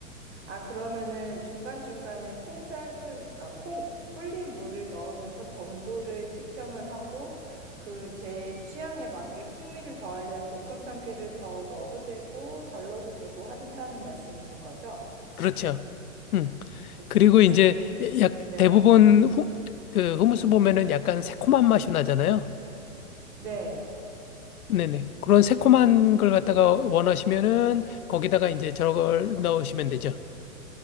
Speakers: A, on the right; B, on the left.
A: 아, 그러면은 중간중간에 콩 삶은 아, 콩 불린 물을 넣으면서 점도를 측정을 하고 그 제 취향에 맞게 풍미를 더하려면 볶음 참깨를 더 넣어도 되고 덜 넣어도 되고 한다는 말씀이신 거죠?
B: 그렇죠. 음
A: 좋습니다.
B: 그리고 이제 약
A: 네.
B: 대부분 후, 그 후무스 보면은 약간 새콤한 맛이 나잖아요.
A: 네.
B: 네네. 그런 새콤한 걸 갖다가 원하시면은 거기다가 이제 저걸 넣으시면 되죠.